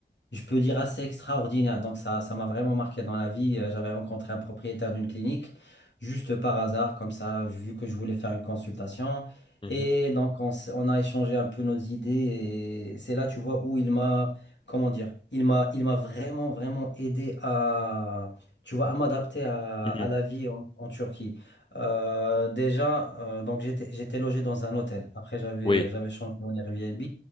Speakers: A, on the left (about 80°); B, on the left (about 30°).
A: je peux dire assez extraordinaire. Donc ça, ça m'a vraiment marqué dans la vie. Euh, J'avais rencontré un propriétaire d'une clinique, juste par hasard, comme ça, vu que je voulais faire une consultation.
B: Mhm.
A: Et donc on, s- on a échangé un peu nos idées. Et c'est là, tu vois, où il m'a, comment dire, il m'a, il m'a vraiment, vraiment aidé à, tu vois, à m'adapter à,
B: Mhm.
A: à
B: Mhm.
A: la vie en, en Turquie. Euh, déjà, euh, donc j'étais, j'étais logé dans un hôtel. Après, j'avais,
B: Oui.
A: j'avais changé en Airbnb